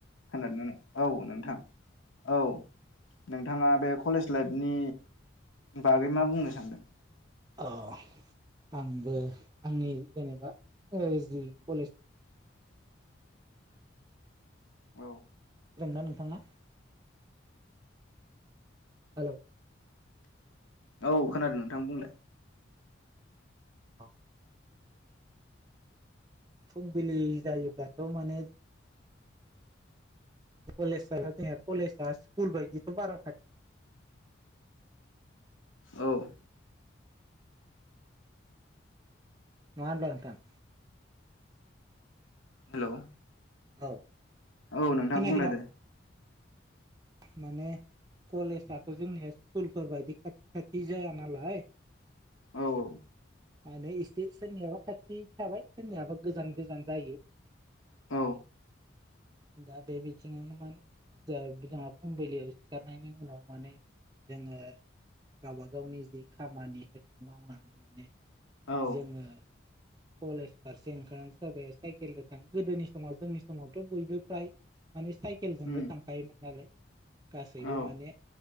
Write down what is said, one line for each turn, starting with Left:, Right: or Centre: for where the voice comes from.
Left: खोनादोंना नों, औ नोंथां, औ, नोंथाङा बे कलेज लाइफनि बागै, मा बुंनो सानदों?
Right: अह, आंबो, आंनि जेनेबा ओ जि कलेज,
Left: औ,
Right: -दोंना नोंथाङा? हेल'
Left: औ खोनादों नोंथां बुंलाय?
Right: औ, फुं बिलि जायोब्लाथ' माने, कलेज <unintelligible> कलेजआ स्कुल बायदिथ' बारा खाथि,
Left: औ,
Right: नङा होनब्ला नोंथां?
Left: हेल',
Right: औ
Left: औ नोंथां,
Right: खोनायाखै
Left: बुंलाय
Right: नामा?
Left: दे,
Right: माने, कलेजआथ' जोंनिया स्कुलफोर बायदि खाथि-खाथि जाया नालाय,
Left: औ,
Right: आरो एसे सोरनियाबा खाथि थाबाय सोरनियाबा गोजान गोजान जायो ।
Left: औ
Right: दा बे बिथिंङावनो माने जा जोंहा फुंबिलियाव सिखारनायनि उनाव माने जोङो गावबा गावनि जि खामानिफोरखौ मावनानै माने
Left: औ
Right: जोङो कलेज फारसे ओंखार सोरबाया साइकेलजों थां गोदोनि समाव जोंनि समावथ' बयबो प्राय माने साइकेलजोंनो
Left: उम
Right: थांखायोमोन नालाय । गासैबो
Left: औ
Right: माने